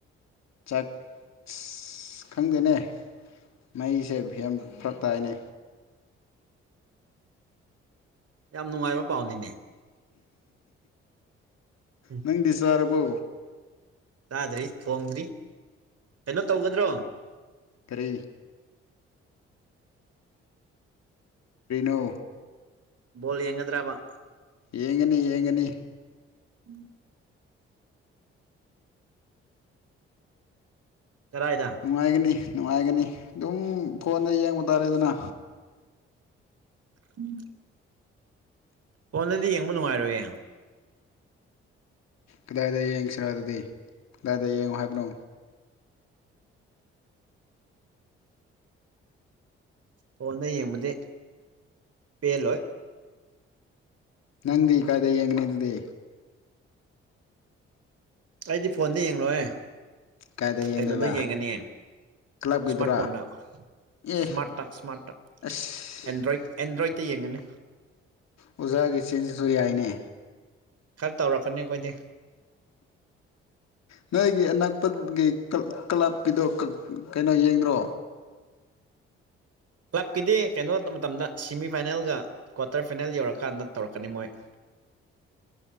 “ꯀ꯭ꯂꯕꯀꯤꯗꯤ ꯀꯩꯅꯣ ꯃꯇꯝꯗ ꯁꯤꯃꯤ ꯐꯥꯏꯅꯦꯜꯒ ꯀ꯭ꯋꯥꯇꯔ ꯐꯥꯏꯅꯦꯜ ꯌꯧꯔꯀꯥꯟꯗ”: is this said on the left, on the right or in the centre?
Right